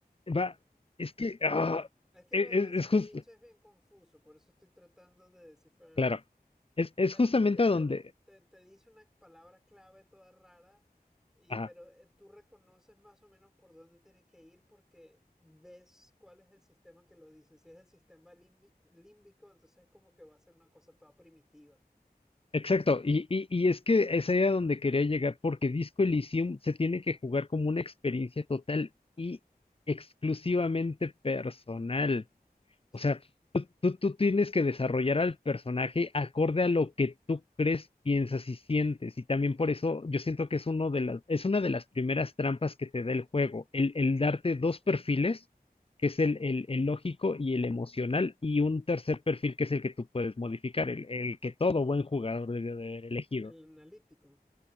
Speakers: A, on the left; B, in the centre.
A: va, es que ah,
B: Es que
A: e-
B: lo de
A: es,
B: la salchicha
A: es, jus-
B: es bien confuso, por eso estoy tratando de descifrar.
A: claro, es, es
B: Pero
A: justamente
B: es como que te,
A: a donde,
B: te, te- te dice una palabra clave toda rara, y,
A: ajá.
B: pero eh, tú reconoces más o menos por dónde tienes que ir porque ves cuál es el sistema que lo dice. Si es el sistema límbi- límbico, entonces es como que va a ser una cosa toda primitiva.
A: Exacto, y, y, y es que esa era donde quería llegar, porque Disco Elysium se tiene que jugar como una experiencia total y exclusivamente personal.
B: Sí,
A: O sea, tú, tú tienes que desarrollar al personaje acorde a lo que tú crees, piensas y sientes. Y también por eso yo siento que es uno de las, es una de las primeras trampas que te da el juego, el, el darte dos perfiles, que es el, el- el lógico y el emocional, y un tercer perfil que es el que tú puedes modificar, el, el que todo buen jugador debe de haber elegido.
B: el analítico.